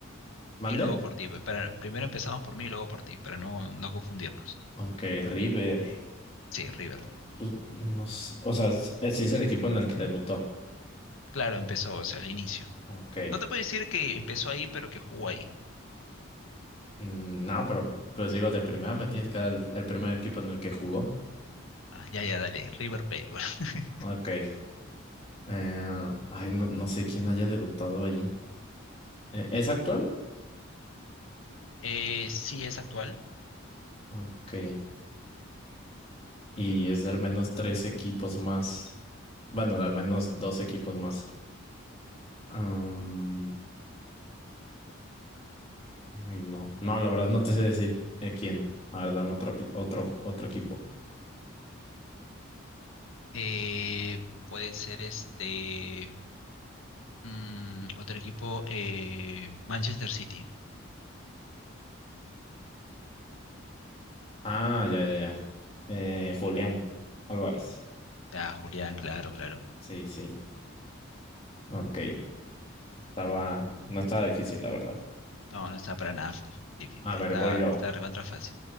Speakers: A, on the left; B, on the left.
A: ¿Mande?
B: y luego por ti, pues, para, primero empezamos por mí y luego por ti, para no, no confundirnos.
A: Ok, River.
B: Sí, River.
A: Pues, no sé, o sea, es- sí es el equipo en el que debutó.
B: Claro, empezó, o sea, al inicio.
A: Ok.
B: No te puedo decir que empezó ahí, pero que jugó ahí.
A: Mm, No, pero pues digo, de primera me tienes que dar el, el primer equipo en el que jugó.
B: Ah, ya, ya, dale, River Plate. bueno. <laughs>
A: Ok. Eh, ay, no, no sé quién haya debutado ahí. Eh, ¿es actual?
B: Eh, sí, es actual.
A: Ok. Y es de al menos tres equipos más. Bueno, de al menos dos equipos más. Am, ay, no. No, la verdad no te sé decir eh, quién. A ver, dame otro, pi- otro, otro equipo.
B: Eh, puede ser este, mm, otro equipo, eh, Manchester City.
A: Ah, ya, ya, ya. Eh, Julián Álvarez.
B: Ah, Julián, claro, claro.
A: Sí, sí. Ok. Estaba, no estaba difícil, la verdad.
B: No, no está para nada f- difícil.
A: A ver,
B: Está,
A: voy yo.
B: está recontra fácil.